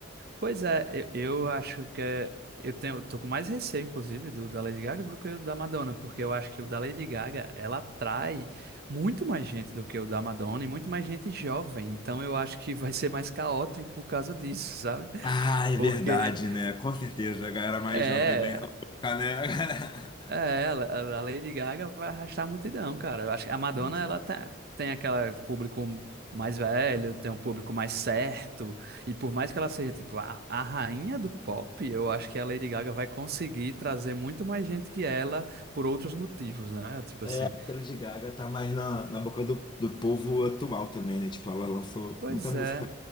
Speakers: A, on the right; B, on the left.
A: Pois é, eu, eu acho que é- eu tenho, eu tô com mais receio, inclusive, do da Lady Gaga do que o da Madonna, porque eu acho que o da Lady Gaga, ela atrai muito mais gente do que o da Madonna e muito mais gente jovem. Então eu acho que vai ser mais caótico por causa disso, sabe?
B: Ah, é
A: Porque
B: verdade, né? Com certeza, a galera mais
A: é,
B: jovem bem louca, né? <laughs>
A: É, ela- a a Lady Gaga vai arrastar a multidão, cara. Eu acho que a Madonna,
B: Muito.
A: ela tá, tem aquele público mais velho, tem um público mais certo, e por mais que ela seja, tipo, a, a rainha do pop, eu acho que a Lady Gaga vai conseguir trazer muito mais gente que ela por outros motivos, né? Tipo
B: É
A: assim.
B: porque A Lady Gaga tá mais na, na boca do, do povo atual também, né? Tipo, ela lançou
A: Pois
B: muita música
A: é.